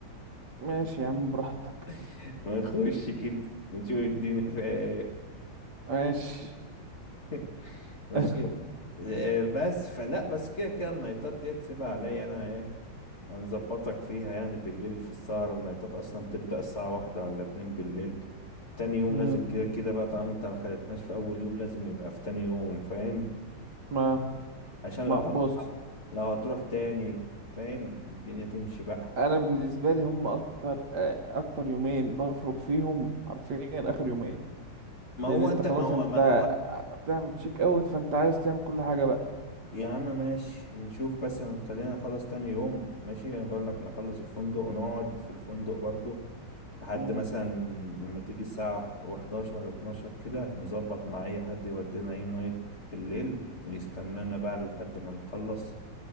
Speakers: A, on the right (about 60°); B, on the left (about 35°).
A: ماشي يا عم براحتك
B: <laughs> ونخش كده نشوف الدنيا فيها ايه
A: ماشي
B: <laughs> ماشي
A: <laughs>
B: آه، بس فلا بس كده كده النايتات دي تسيبها عليا انا ايه هنظبطك فيها يعني بالليل في السهرة النايتات اصلا بتبدأ الساعة واحدة ولا اتنين بالليل تاني يوم
A: مم،
B: لازم كده كده بقى طالما انت ما خلتناش في اول يوم لازم يبقى في تاني يوم فاهم
A: ما
B: عشان
A: ما
B: لو هتروح
A: بص
B: لو هتروح تاني فاهم الدنيا تمشي بقى
A: انا بالنسبه لي هم اكتر آه، اكتر يومين بفرق فيهم حرفيا اخر يومين
B: ما
A: لان
B: هو
A: انت
B: انت
A: خلاص
B: ما هو
A: انت
B: ما هو
A: بتعمل شيك اوت فانت عايز تعمل كل حاجه بقى
B: يا عم ماشي نشوف بس خلينا نخلص تاني يوم ماشي انا بقول لك نخلص الفندق ونقعد في الفندق برضو لحد
A: امم
B: مثلا ما تيجي الساعة وحداشر اتناشر كده نظبط مع اي حد يودينا اي نايت بالليل ويستنانا بقى لحد ما نخلص